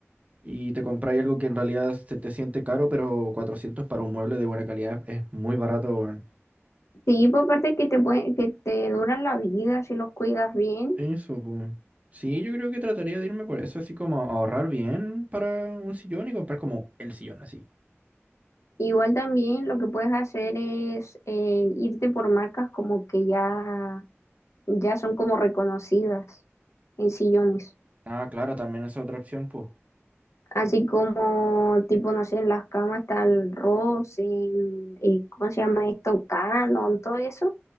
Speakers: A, on the right; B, on the left.
A: y te compráis algo que en realidad se te siente caro, pero 400 para un mueble de buena calidad es es muy barato,
B: sí, por parte que te puede, que te duran la vida si los cuidas bien.
A: Eso, pues. Sí, yo creo que trataría de irme por eso, así como ahorrar bien para un sillón y comprar como el sillón así.
B: Igual también lo que puedes hacer es eh, irte por marcas como que ya, ya son como reconocidas en sillones.
A: Ah, claro, también es otra opción, pues.
B: Así como, tipo, no sé, en las camas está el Ross, en, y ¿cómo se llama esto? Canon, todo eso.